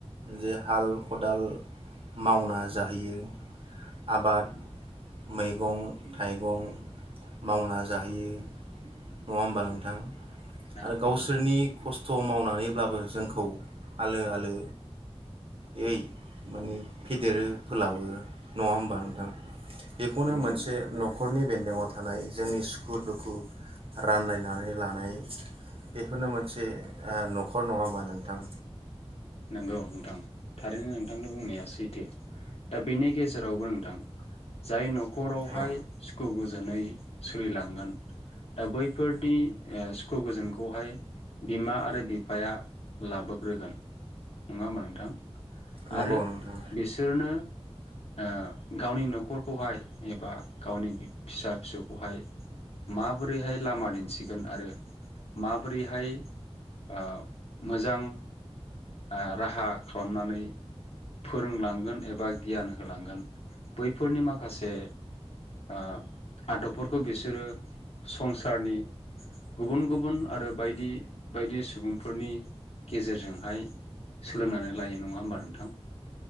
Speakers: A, on the right (about 60°); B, on the left (about 70°).
A: जे हाल खदाल मावना जाहैयो आबाद मैगं थाइगं मावना जाहोयो। नङा होमबा नोंथां?
B: नंगौ
A: आरो गावसोरनि
B: नोंथां
A: खस्थ' थ' मावनानैब्लाबो जोंखौ आलो आलो योय माने फेदेरो फोलावो। नङा होमबा नोंथां? बेखौनो
B: नंगौ
A: मोनसे
B: नोंथां
A: न'खरनि बेन्दोंयाव थानाय जोंनि सुखु दुखु रानलायनानै लानाय बेफोरनो मोनसे ओ न'खर नङा होमा नोंथां?
B: नोंगौ नोंथां। थारैनो नोंथांनि बुंनाया सै दि दा बिनि गेजेरावबो नोंथां जाय न' खरावहाय
A: औ
B: सुखु गोजोनै सोलिलांगोन दा बैफोरनि ओ सुखु गोजोनखौहाय बिमा आरो बिफाया लाबोग्रोगोन। नोङा होमबा नोंथां?
A: नंगौ
B: आरो
A: नोंथां
B: बिसोरनो ओ गावनि न'खरखौहाय एबा गावनि फिसा फिसौखौहाय मा बोरैहाय लामा दिनथिगोन आरो माबोरैहाय आ मोजां आ राहा खालामनानै फोरोंलांगोन एबा गियान होलांगोन बैफोरनि माखासे ओ आदबफोरखौ बिसोरो संसारनि गुबुन गुबुन आरो बायदि बायदि सुबुंफोरनि गेजेरजोंहाय सोलोंनानै लायो नङा होमबा नोंथां?